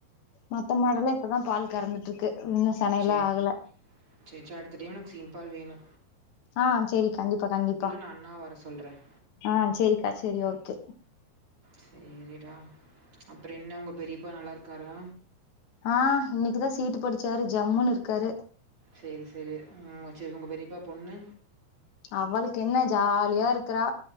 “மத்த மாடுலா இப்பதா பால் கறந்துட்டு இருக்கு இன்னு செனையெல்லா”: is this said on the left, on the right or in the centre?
Left